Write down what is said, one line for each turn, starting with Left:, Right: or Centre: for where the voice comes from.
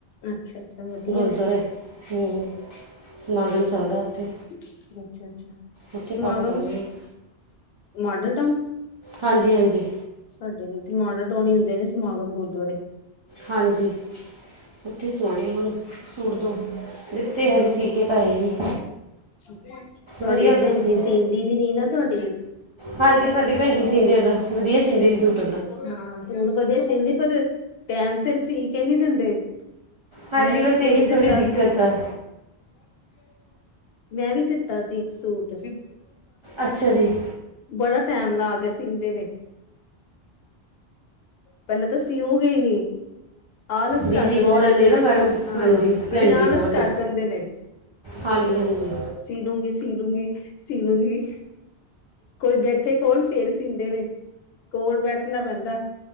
Left: ਅੱਛਾ ਅੱਛਾ ਵਧੀਆ
Right: ਗੁਰਦੁਆਰੇ, ਹਮ ਸਮਾਗਮ ਚੱਲਦਾ ਉੱਥੇ।
Left: ਅੱਛਾ -ਅੱਛਾ
Right: ਉੱਥੇ
Left: ਸਮਾਗਮ,
Right: ਪਾ ਕੇ ਜਾਣੇ ਆ
Left: ਮਾਡਲ ਟਾਊਨ।
Right: ਹਾਂਜੀ- ਹਾਂਜੀ!
Left: ਸਾਡੇ ਵੀ ਇਥੇ ਮਾਡਲ ਟਾਉਨ ਹੁੰਦੇ ਨੇ, ਸਮਾਗਮ ਗੁਰਦੁਆਰੇ।
Right: ਹਾਂਜੀ, ਉੱਥੇ ਸਵਾਣੇ ਹੁਣ ਸੂਟ ਦੋ, ਦਿੱਤੇ
Left: ਹੂੰ,
Right: ਹਜੇ ਅਸੀ। ਇਹ ਤਾਂ ਹੈ ਨਹੀਂ।
Left: ਤੁਹਾਡੀ
Right: ਵਧੀਆ
Left: ਉਹ
Right: ਦੱਸੀ
Left: ਭੈਣ ਜੀ ਸੀਂਦੀ ਵੀ ਨਹੀਂ ਨਾ ਤੁਹਾਡੀ।
Right: ਹਾਂਜੀ ਸਾਡੇ ਭੈਣ ਜੀ ਸੀਂਦੀ ਆ ਵਧੀਆ ਸੀਦੀ ਆ ਸੂਟ।
Left: ਹਾਂ, ਸੂਟ ਵਧੀਆ ਸੀਂਦੀ, ਪਰ ਟੈਮ ਸਿਰ ਸੀ ਕੇ ਨਹੀ ਦਿੰਦੇ।
Right: ਹਾਂਜੀ
Left: ਮੈਂ ਵੀ
Right: ਬਸ
Left: ਸੂਟ
Right: ਇਹੀ
Left: ਦਿੱਤਾ
Right: ਥੋੜੀ ਦਿੱਕਤ
Left: ਸੀ।
Right: ਆ
Left: ਮੈਂ ਵੀ ਦਿੱਤਾ ਸੀ ਇੱਕ ਸੂਟ।
Right: ਅੱਛਾ ਜੀ
Left: ਬੜਾ ਟੈਮ ਲਾਕੇ ਸੀਂਦੇ ਨੇ। ਪਹਿਲਾਂ ਤਾਂ ਸੀਂਓ ਗਏ ਨੀ। ਆਲਸ
Right: ਬਿਜ਼ੀ
Left: ਕਰ ਦਿੰਦੇ
Right: ਬਹੁਤ
Left: ਨੇ
Right: ਰਹਿੰਦੇ
Left: ਸੂਟ
Right: ਨਾ ਮੈਡਮ
Left: ਹਾਂ,
Right: ਹਾਂਜੀ
Left: ਨਹੀਂ
Right: ਭੈਣ ਜੀ
Left: ਆਲਸ
Right: ਬਹੁਤ
Left: ਕਰ ਜਾਂਦੇ ਨੇ।
Right: ਹਾਂਜੀ -ਹਾਂਜੀ!
Left: ਸੀ ਡੂੰਗੀ -ਸੀ ਡੂੰਗੀ -ਸੀ ਲੂੰਗੀ! ਕੋਈ ਬੈਠੇ ਕੋਲ ਫੇਰ ਸੀਂਦੇ ਨੇ, ਕੋਲ ਬੈਠਣਾ ਪੈਂਦਾ।